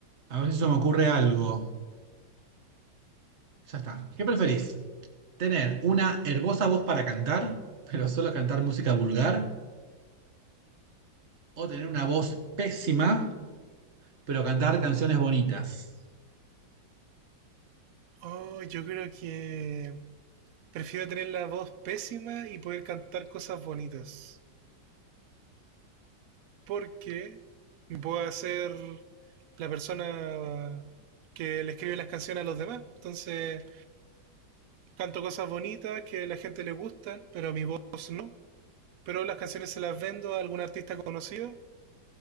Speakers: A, on the right; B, on the right.
A: A ver si se me ocurre algo. Ya está. ¿Qué preferís? ¿Tener una hermosa voz para cantar, pero solo cantar música vulgar? ¿O tener una voz pésima, pero cantar canciones bonitas?
B: Oh, yo creo que prefiero tener la voz pésima y poder cantar cosas bonitas. porque voy a ser la persona que le escribe las canciones a los demás. Entonces, canto cosas bonitas que a la gente le gustan, pero a mi voz no. Pero las canciones se las vendo a algún artista conocido.